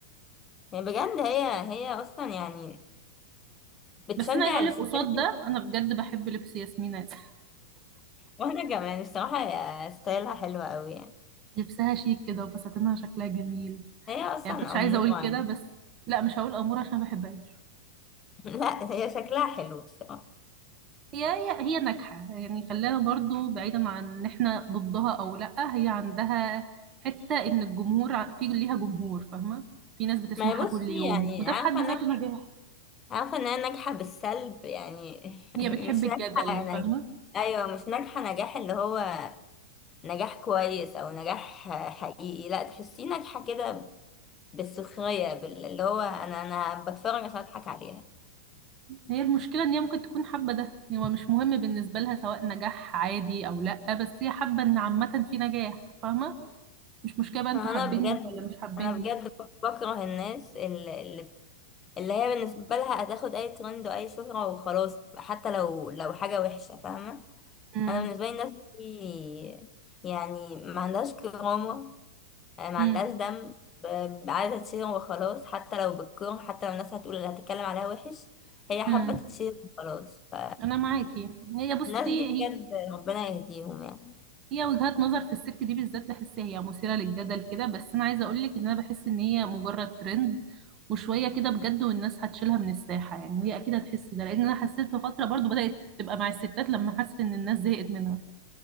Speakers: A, on the left; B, on the right.
A: بجد هي هي اصلا يعني بتشجع
B: بس انا عايزة اقول
A: الستات
B: لك قصاد ده انا بجد بحب لبس ياسمين عز. <laughs>
A: وانا كمان الصراحه هي ستايلها حلوه قوي يعني
B: لبسها شيك كده وفساتينها شكلها جميل
A: هي اصلا
B: يعني كنتش
A: اموره
B: عايزة اقول كده
A: يعني
B: بس لا مش هقول امور عشان ما بحبهاش
A: <laughs> لا هي شكلها حلو الصراحه
B: هي هي هي ناجحة يعني خلاها برضو بعيدا عن ان احنا ضدها او لأ هي عندها حتة ان الجمهور ع- في ليها جمهور فاهمة في ناس بتسمعها
A: ما هي بصي
B: كل يوم
A: يعني
B: وده
A: عارفه
B: في حد
A: انك
B: ذاته نجاح
A: عارفه انها ناجحه بالسلب يعني <laughs>
B: هي بتحب
A: مش
B: الجدل
A: ناجحه يعني
B: فاهمة
A: ايوه مش ناجحه نجاح اللي هو نجاح كويس او نجاح حقيقي لا تحسيه ناجحه كده بالسخريه بال- اللي هو انا انا بتفرج عشان اضحك عليها
B: هي المشكلة ان هي ممكن تكون حابة ده يعني هو مش مهم بالنسبة لها سواء نجاح عادي او لأ بس هي حابة ان عامة في نجاح فاهمة مش مشكلة بقى انتوا
A: انا
B: حابيني
A: بجد
B: ولا مش حابيني
A: انا بجد بكره الناس اللي, اللي اللي هي بالنسبه لها هتاخد اي ترند واي شهره وخلاص حتى لو لو حاجه وحشه فاهمه
B: امم
A: انا بالنسبه لي الناس دي يعني ما عندهاش كرامه آه، ما
B: امم
A: عندهاش دم ب- عايزه تشير وخلاص حتى لو بالكره حتى لو الناس هتقول اللي هتتكلم عليها وحش هي حابه
B: امم
A: تتشير وخلاص ف
B: انا معاكي هي بصي
A: الناس دي بجد ربنا يهديهم يعني
B: هي وجهات نظر في الست دي بالذات بحسها هي مثيرة للجدل كده بس انا عايزة اقولك ان انا بحس ان هي مجرد ترند وشوية كده بجد والناس هتشيلها من الساحة يعني وهي اكيد هتحس ده لان انا حسيت في فترة برضو بدأت تبقى مع الستات لما حست ان الناس زهقت منها